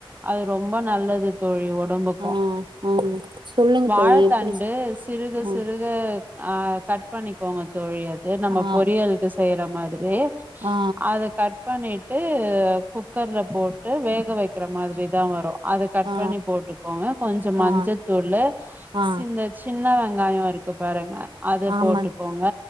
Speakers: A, on the right; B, on the right.
A: அது ரொம்ப நல்லது தோழி ஒன் ஒடம்புக்கும்
B: ஆ ஆ சொல்லுங்க
A: வாழத்தண்டு
B: தோழி எப்டி
A: சிறுக
B: ஆ
A: சிறுக ஆ கட் பண்ணி போனோஜ் தோழி அது நம்ம
B: ஆ
A: பொரியல்கு செய்யிற மாதுரியே
B: ஆ
A: அத கட் பண்ணிட் டு டு குக்கர்ல போட்டு வேக வைக்கிற மாதிரி தான் வரும் அத கட்
B: ஆ
A: பண்ணி போட்டுக்கோங்க கொஞ்ச மஞ்சத்தூள்
B: ஆ ஆ
A: சி இந்த சின்ன வெங் காயம் இருக்கு பாருங்க அத
B: ஆமா
A: போட்டுக்கோங்க